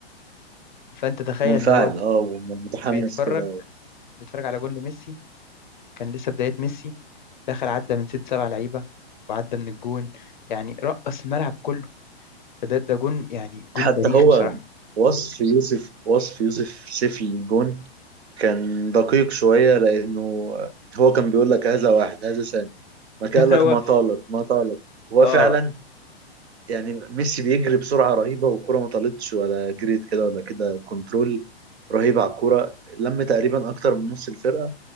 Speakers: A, on the left (about 50°); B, on the right (about 75°).
A: فانت تخيل
B: منفعل
A: ان هو
B: اه ومتحمس
A: بيتفرج
B: كده
A: بيتفرج على جون لميسي كان لسه بدايه ميسي دخل عدى من ست سبع لعيبه وعدى من الجون يعني رقص الملعب كله فده ده جون يعني
B: حتى
A: جون تاريخي
B: هو
A: بصراحة
B: وصف يوسف وصف يوسف سيف الجون كان دقيق شوية لأنه هو كان بيقول لك هذا واحد هذا ثاني ما كان
A: <laughs>
B: قال
A: هو
B: لك ما طالت ما طالت هو
A: اه
B: فعلا يعني ميسي بيجري بسرعة رهيبة والكرة ما طالتش ولا جريت كده ولا كده كنترول رهيب على الكرة لم تقريبا أكتر من نص الفرقة